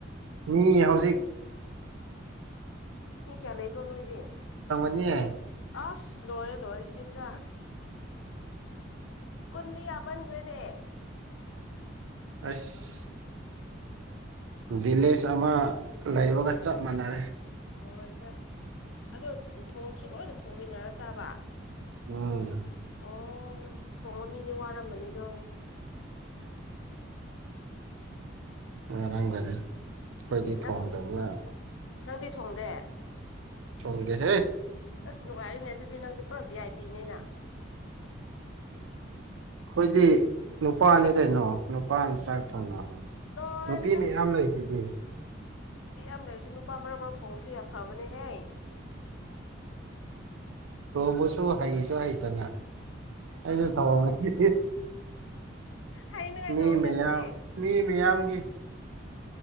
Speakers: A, on the right; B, on the left.
A: ꯃꯤ ꯍꯧꯖꯤꯛ
B: ꯃꯤ ꯀꯌꯥ ꯂꯩꯕ꯭ꯔꯣ ꯅꯣꯏꯗꯤ
A: ꯍ
B: ꯑꯁ ꯂꯣꯏꯔꯦ ꯂꯣꯏꯔꯦ ꯁꯤꯗꯤ ꯄꯨꯔꯥ ꯀꯨꯟꯗꯤ ꯌꯥꯃꯟꯈꯔꯦꯅꯦ
A: ꯑꯁ ꯚꯤꯂꯦꯖ ꯑꯃ ꯂꯩꯥꯕꯒ ꯆꯞ ꯃꯥꯟꯅꯔꯦ
B: ꯂꯣꯏꯔꯦꯗ ꯑꯗꯣ ꯊꯣꯡꯁꯨ ꯂꯣꯏꯅ ꯊꯣꯡꯃꯤꯟꯅꯔ ꯆꯥꯕ
A: ꯎꯝ
B: ꯑꯣ ꯊꯣꯡꯕ ꯃꯤꯗꯤ ꯋꯥꯔꯝꯃꯅꯤꯗꯣ
A: ꯋꯥꯔꯝꯒꯅꯤ ꯑꯩꯈꯣꯏꯗꯤ
B: ꯎꯝ ꯅꯪ
A: ꯊꯣꯡꯗꯕꯅꯤꯅ
B: ꯅꯪꯗꯤ ꯊꯣꯡꯗꯦ
A: ꯊꯣꯡꯗꯦꯍꯦ
B: ꯑꯁ ꯅꯨꯡꯉꯥꯏꯔꯤꯅꯦ ꯑꯗꯨꯗꯤ ꯅꯪꯗꯤ ꯄꯨꯔꯥ ꯚꯤ ꯑꯥꯏ ꯄꯤꯅꯦꯅ
A: ꯑꯩꯈꯣꯏꯗꯤ ꯅꯨꯄꯥꯅꯤ ꯀꯩꯅꯣ ꯅꯨꯄꯥꯅ ꯆꯥꯛ ꯊꯣꯡꯅꯕꯔꯣ
B: ꯂꯣꯏꯔꯦꯗ
A: ꯅꯨꯄꯤ ꯃꯌꯥꯝ ꯂꯩꯁꯤꯗꯤ
B: ꯅꯨꯄꯤ ꯌꯥꯝ ꯂꯩꯔꯁꯨ ꯅꯨꯄꯥ ꯃꯔꯛ ꯃꯔꯛ ꯊꯣꯡꯕꯁꯨ ꯌꯥꯝ ꯐꯕꯅꯦꯍꯦ <inaudible>
A: ꯊꯣꯡꯕꯁꯨ ꯍꯩꯁꯨ ꯍꯩꯇꯅ ꯑꯩꯅ ꯊꯣꯡꯉꯗꯤ
B: ꯍꯩꯅꯉꯥꯏꯗꯧꯅꯦ
A: ꯃꯤ ꯃꯌꯥꯝ
B: ꯑꯗꯨꯗꯤ
A: ꯃꯤ ꯃꯌꯥꯝꯒꯤ